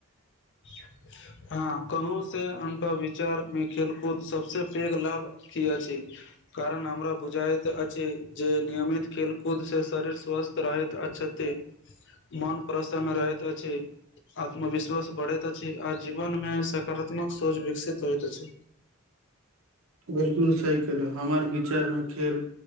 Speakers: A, on the left; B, on the right.
A: <inaudible> हँ कहूँसँ हुनका विचारमे खेलकूद सभसँ पैघ लाभ की अछि कारण हमरा बुझाइत अछि जे नियमित खेलकूद से शरीर स्वस्थ रहत अच्छ्षति मन प्रस रहैत छै आत्मविश्वास बढ़े अछि आ जीवन मे सकारात्मक सोच विकसित होइत अछि
B: बिलकुल सही केलहु हमर विचारमे खेल